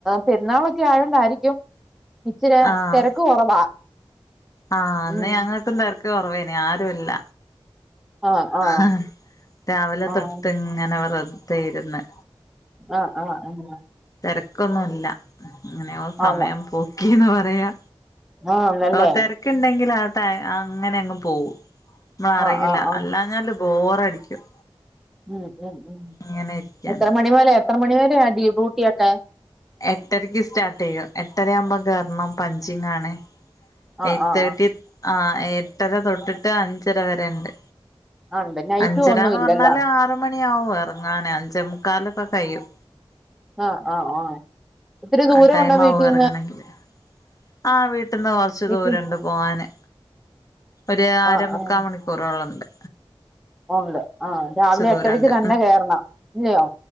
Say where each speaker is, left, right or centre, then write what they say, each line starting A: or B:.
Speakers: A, in the centre; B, on the left (about 35°).
A: പെരുന്നാളൊക്കെ ആയോണ്ടായിരിക്കും ഇച്ചിരെ
B: ആഹ്
A: തിരക്ക് കുറവാ
B: ആഹ് ന്ന്
A: ഉം
B: ഞങ്ങക്കും തിരക്ക് കുറവേന് ആരും ഇല്ല
A: ആഹ് ആഹ്
B: ഹ രാവിലെ
A: ആഹ്
B: തൊട്ട് ഇങ്ങനെ വെർതെ ഇരുന്ന്.
A: ആഹ ആഹ് ആഹ
B: തെരക്കൊന്നുല്ല ങ്ങനെയോ സമയം
A: ആന്ന്
B: പോക്കിന്ന് പറയാ.
A: ആന്നല്ലേ
B: ഓ തിരക്കുണ്ടെങ്കിൽ ആട്ട അങ്ങനെ അങ്ങ് പോകും മ്മള അറിയില്ല
A: ആഹ് ആഹ് ആഹ്
B: അല്ലാ ഞ്ഞാല് ബോറടിക്കും.
A: ഉം ഉം ഉം
B: ഇങ്ങനെ ഇരിക്കാന്
A: എത്ര മണി പോലെ എത്ര മണി വരെ ഡീബൂ ട്ടിയൊക്കെ
B: എട്ടരയ്ക്ക് സ്റ്റാർട്ട് ചെയ്യും എട്ടരയാവുമ്പോൾ കെറണം പഞ്ചിങ്ങാണ്.
A: ആഹ്
B: എയ്
A: ആഹ്
B: തെർട്ടി
A: ആഹ്
B: ആ എട്ടര തൊട്ടിട്ട് അഞ്ചര വരെണ്ട്
A: ആഹ് ഉണ്ട് നൈറ്റും
B: അഞ്ചരാന്നു
A: ഒന്നും ഇല്ലല്ലോ
B: പറഞ്ഞാല് ആറ് മണിയാവും ഇറങ്ങാനേ അഞ്ച മുക്കാലൊക്കെ കഴിയും.
A: ആഹ ആഹ് ആഹ ഒത്തിരി ദൂരം
B: ആ ടൈം
A: ഉണ്ടോ
B: ആവും
A: വീട്ടിൽന്ന്
B: ഇറങ്ങണെങ്കില് ആ വീട്ടിൽന്ന് കൊറച്ച്
A: വീട്ടി
B: ദൂരുണ്ട് പോവാന് ഒരു ആര
A: ആഹ്
B: മുക്കാ
A: ആഹ്
B: മണിക്ക് കൂറോളൊക്കെ
A: ഉണ്ട് ആ രാവിലെ
B: ദൂരണ്ട്
A: എട്ടരക്ക് തന്നെ കേറണം ഇല്ലയോ